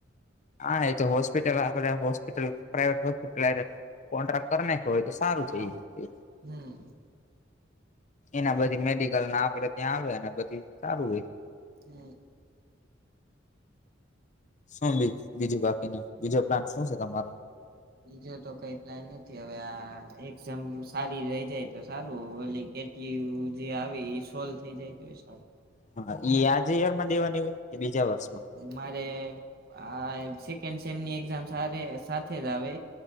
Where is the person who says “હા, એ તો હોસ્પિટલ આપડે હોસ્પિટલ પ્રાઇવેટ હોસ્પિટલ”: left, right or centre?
Left